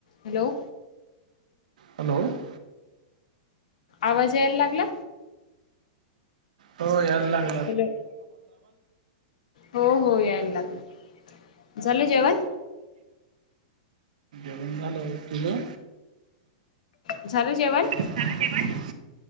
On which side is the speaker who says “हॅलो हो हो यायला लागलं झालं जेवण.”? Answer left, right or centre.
Left